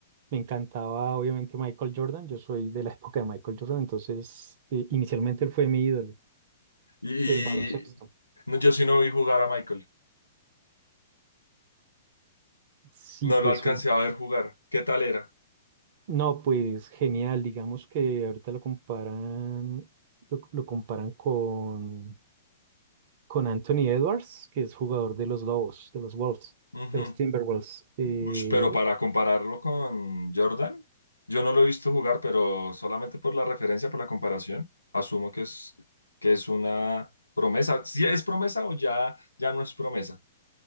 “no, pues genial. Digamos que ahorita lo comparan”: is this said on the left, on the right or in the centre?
Right